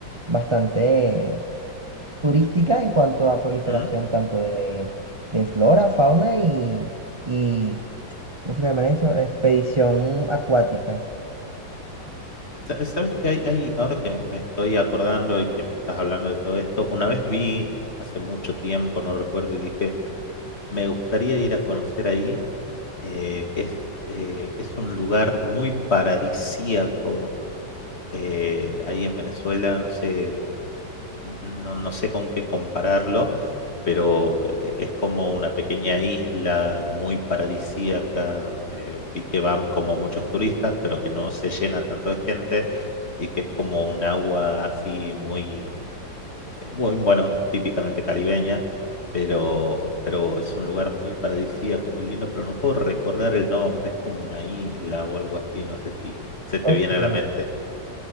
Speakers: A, on the right; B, on the left.
A: bastante turística en cuanto a proliferación
B: ujú.
A: tanto de, de flora, fauna y, y, ¿cómo se llama eso? Expedición acuática.
B: Sa- ¿Sabes que hay, hay, ahora que me estoy acordando y que me estás hablando de todo esto, una vez vi hace mucho tiempo, no recuerdo, y dije, me gustaría ir a conocer ahí, eh, que es, eh, es un lugar muy paradisíaco eh, ahí en Venezuela, no sé, no, no sé con qué compararlo, pero eh, es como una pequeña isla muy paradisíaca donde vi que van como muchos turistas, pero que no se llena tanto de gente y que es como un agua así muy, eh, muy bueno, típicamente caribeña. Pero, pero es un lugar muy paradisíaco, muy lindo, pero no puedo recordar el nombre, es como una isla o algo así, no sé si se te
A: Ok.
B: viene a la mente.